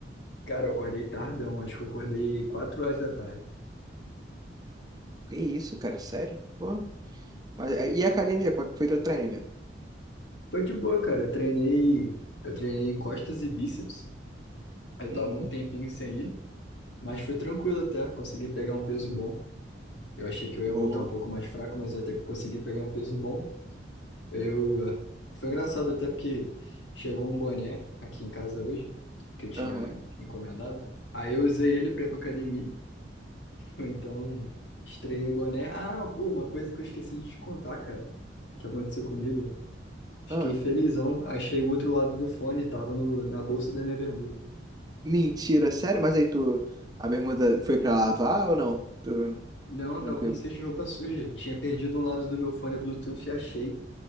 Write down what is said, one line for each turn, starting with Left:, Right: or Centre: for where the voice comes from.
Left: Cara, eu acordei tardão, acho que eu acordei quatro horas da tarde.
Right: Que isso, cara, sério? Pô, mas, é, e a academia, como é que foi teu treino, velho
Left: Foi de boa, cara. Eu treinei, eu treinei costas e bíceps. Eu
Right: Uhum,
Left: tava um tempinho sem ir, mas foi tranquilo até. Consegui pegar um peso bom. Eu achei que eu ia
Right: boa.
Left: voltar um pouco mais fraco, mas até que consegui pegar um peso bom. Eu foi engraçado até porque chegou um boné aqui em casa hoje que eu tinha
Right: Aham,
Left: encomendado. Aí eu usei ele para ir pra academia. <laughs> Eu, Então, estreiei o boné. Ah, pô, uma coisa que eu esqueci de te contar, cara, que aconteceu comigo. Fiquei
Right: ah,
Left: felizão. Achei o outro lado do fone, tava no, na bolsa da minha bermuda.
Right: mentira, sério? Mas aí tu, a bermuda foi pra lavar ou não? Tu,
Left: Não,
Right: tranquilo.
Left: tava no cesto de roupa suja. Tinha perdido um lado do meu fone Bluetooth e achei.